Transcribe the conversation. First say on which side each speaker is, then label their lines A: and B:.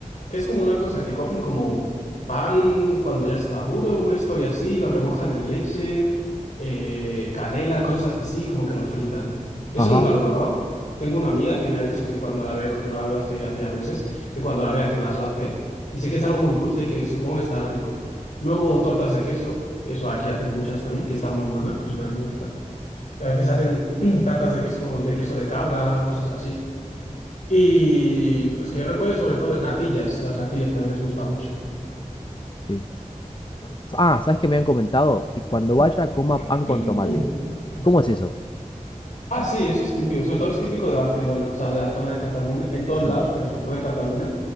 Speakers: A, on the left; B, on the left.
A: Que es como una cosa que cogen como pan cuando ya está duro, una historia así, lo remojan en leche, eh, canela, cosas así, como que lo fritan. Eso
B: Ajá,
A: nunca lo he probado. Tengo una amiga que me ha dicho que cuando la vea, porque no la veo hace, hace ya meses, que cuando la vea que me las va a hacer. Y sé que es algo muy dulce y que supongo que estará rico. Luego tortas de queso, eso aquí hacen muchas también, que están muy buenas, eso también me gusta. A veces hacen <clears throat> tartas de queso, con- de queso de cabra, cosas así. Y pues que yo recuerde sobre todo natillas, las natillas también les gusta mucho.
B: sí. Ah, ¿sabes qué me han comentado? Que cuando vaya coma
A: <clears throat>
B: pan con tomate. ¿Cómo es eso?
A: Ah, sí, eso es típico, sobre todo es típico de Barcelona, o sea, de la zona de Cataluña, en todos
B: Sí.
A: lados, pero sobre todo de Cataluña,